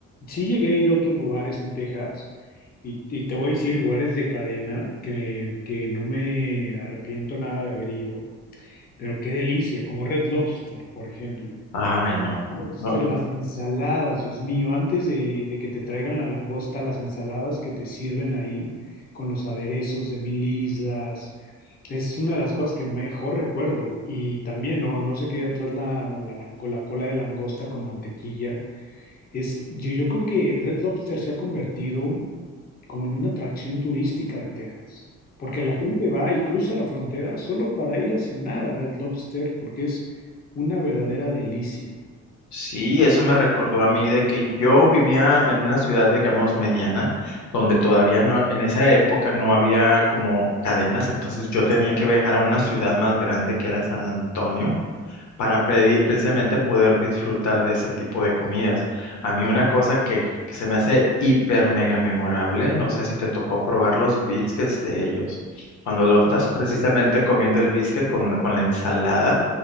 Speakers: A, on the left; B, on the left.
A: Sí llegué a ir a otros lugares en Texas y, y te voy a decir lugares de cadena que, que no me arrepiento nada de haber ido, pero qué delicia, como Red Lobster, por ejemplo.
B: Ay, no.
A: Lobster,
B: No,
A: las ensaladas, Dios mío, antes de, de que te traigan la langosta, las ensaladas que te sirven ahí con los aderezos de mil islas, es una de las cosas que mejor recuerdo. Y también, no, no se quede atrás la, la, lango- la cola de langosta con mantequilla. Es, yo, yo creo que Red Lobster se ha convertido como en una atracción turística de Texas, porque la gente va y cruza la frontera solo para ir a cenar a Red Lobster, porque es una verdadera delicia.
B: sí, eso me recordó a mí de que yo vivía en una ciudad, digamos, mediana, donde todavía no, en esa época no había como cadenas, entonces yo tenía que viajar a una ciudad más grande que era San Antonio para predi- precisamente poder disfrutar de ese tipo de comidas. A mí una cosa que, que se me hace hiper mega memorable, no sé si te tocó probar los biscuits de ellos. Cuando lo estás
A: No.
B: precisamente comiendo el biscuit con, una- con la ensalada,